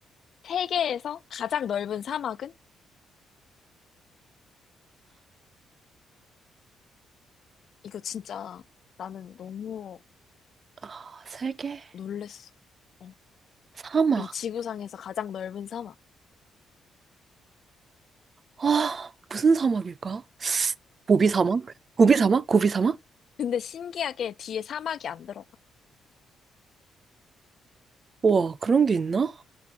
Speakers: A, on the left; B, on the right.
A: 세계에서 가장 넓은 사막은? 이거 진짜 나는 너무
B: 아, 세계
A: 놀랬어. 어.
B: 사막.
A: 이 지구상에서 가장 넓은 사막.
B: 아, 무슨 사막일까? 고비 사막? 고비 사막? 고비 사막?
A: 근데 신기하게 뒤에 사막이 안 들어가.
B: 우와, 그런 게 있나?